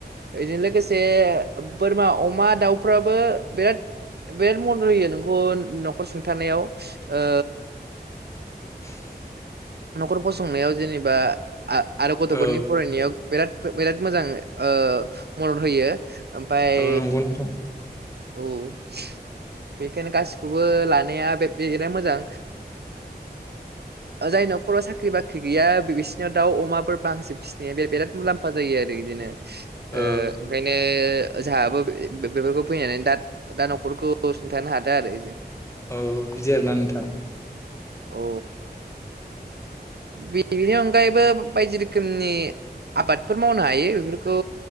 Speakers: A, on the right; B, on the left.
A: बेजों लोगोसे बोरमा अमा दाउफ्रा फ्राबो बिराद बिराद मदद होयो नोंखौ न'खर सुंथानायाव ओ
B: <inaudible>
A: न'खर फसंनायाव जेनेबा आ आरो गथ'फोरनि
B: औ
A: फरायनायाव। बिराद बिराद मोजां ओ मदद होयो ओमफाय
B: औ नंगौ नोंथां
A: औ। बेखायनो गासि खौबो लानाया बे बिराद मोजां। जायनाव न'खराव साख्रि बाख्रि गैया बिसिनिव दाउ अमा फोर बांसिन फिसिनाया बे बिराद मुलाम्फा जायो आरो इदिनो।
B: औ
A: ओ ओंखायनो जोंहाबो बेफोरखौ फैनानै दा दा न'खरखौ सुंथानो हादों आरो।
B: औ बिदि आरोना नोंथां।
A: अ बिनि अनगायैबो बायदि रोखोमनि आबादफोर मावनो हायो बेफोरखौ